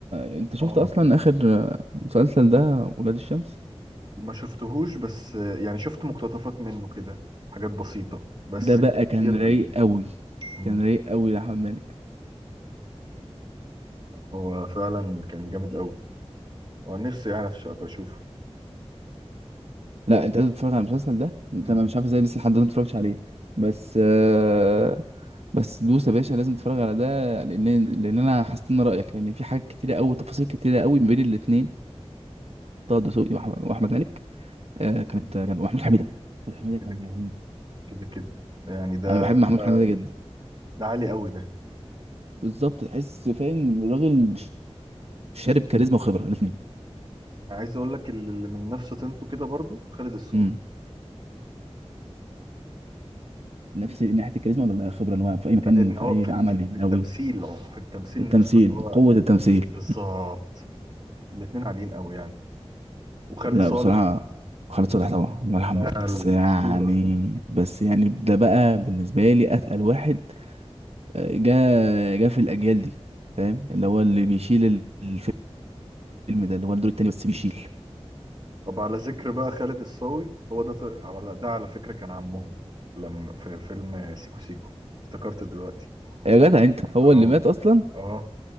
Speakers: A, on the right; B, on the right.
A: انت شفت
B: اه
A: اصلا اخر مسلسل ده ولاد الشمس
B: ما شفتهوش بس يعني شفت مقتطفات منه كده حاجات بسيطة بس
A: ده بقى
B: كتير
A: كان رايق
B: بي
A: قوي
B: مم.
A: كان رايق قوي لاحمد مالك
B: هو فعلا كان جامد قوي ونفسي يعني أش- ابقى اشوفه
A: لا انت لازم تتفرج على المسلسل ده انت
B: مم.
A: ما مش عارف ازاي لسه لحد دلوقتي ما اتفرجتش عليه بس آه بس دوس يا باشا لازم تتفرج على ده لان لان انا هستنى رايك لان في حاجات كتيره قوي تفاصيل كتيره قوي ما بين الاثنين طه دسوقي وأح- واحمد مالك آه كانت كان ومحمود حميده محمود حميده
B: كده
A: كان
B: كده
A: رهيب
B: كده كده يعني ده
A: انا بحب محمود
B: ده
A: حميده جدا
B: ده عالي قوي ده
A: بالظبط تحس فاهم راجل شارب كاريزما وخبره الاثنين
B: انا عايز اقول لك اللي اللي من نفس طينته كده برضو خالد الصاوي
A: امم نفس ناحيه الكاريزما ولا خبره ان هو في اي مكان
B: لا ان
A: في
B: هو
A: اي
B: في
A: عمل
B: في التمثيل
A: قوي
B: اه في التمثيل
A: التمثيل
B: نفسه اللي هو
A: قوه التمثيل
B: بالظبط الاتنين عاليين قوي يعني وخالد
A: لا
B: صالح
A: بصراحة خالد صالح طبعا الله يرحمه
B: ده
A: بقى
B: الاسطورة
A: بس يعني بس يعني ده بقى بالنسبة لي أتقل واحد آه، جا جا في الأجيال دي فاهم اللي هو اللي بيشيل ال- الفيلم ده اللي هو الدور التاني بس بيشيل
B: طب على ذكر بقى خالد الصاوي هو ده ط- على ده على فكرة كان عمهم لما في فيلم سيكو سيكو افتكرت دلوقتي
A: يا جدع أنت هو
B: اه
A: اللي مات أصلا
B: اه